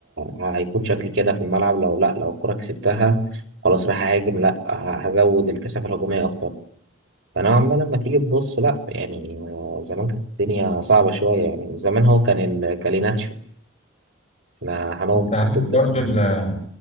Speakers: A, on the right; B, on the left.
A: ه... هيكون شكل كده في الملعب لو لا لو الكره كسبتها خلاص راح اهاجم لا ه- هزود الكثافه الهجوميه اكتر فنوعا ما لما تيجي تبص لا يعني آه، زمان كانت الدنيا صعبة شوية يعني زمان هو كان الكاليناتشو احنا هنقعد
B: أنت
A: بخط
B: عارف
A: الض-
B: برضه ال-